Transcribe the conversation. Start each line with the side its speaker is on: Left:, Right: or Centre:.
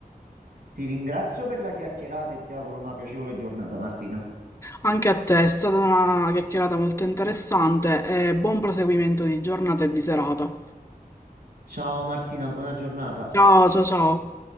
Right: Ti ringrazio per la chiacchierata e ti auguro una piacevole giornata, Martina.
Left: Anche a te è stata una chiacchierata molto interessante e buon proseguimento di giornata e di serata.
Right: Ciao Martina, buona giornata.
Left: Ciao, ciao, ciao.